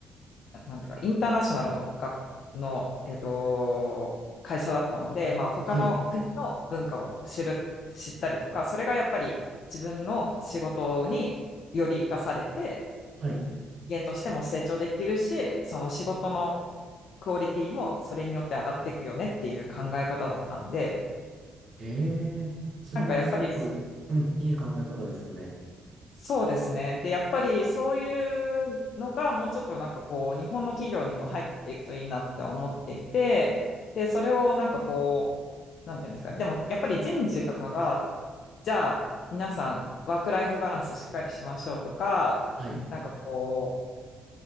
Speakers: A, on the left; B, on the right.
A: なんていうか、インターナショナルの学、の、えっと、会社だったので、まあ、他の国の文化を知る、
B: はい。
A: 知ったりとか、それがやっぱり自分の仕事により活かされて、
B: はい。
A: 人間としても成長できるし、その仕事のクオリティもそれによって上がっていくよねっていう考え方だったんで、
B: ええ、それはすごく、
A: なんかやっぱり
B: うん、いい考え方ですよね。
A: そうですね。で、やっぱりそういうのがもうちょっとなんかこう、日本の企業にも入っていくといいなって思っていて、で、それをなんかこう、なんていうんですか、でもやっぱり人事とかが、じゃあ皆さんワークライフバランスしっかりしましょうとか、
B: はい。
A: なんかこう、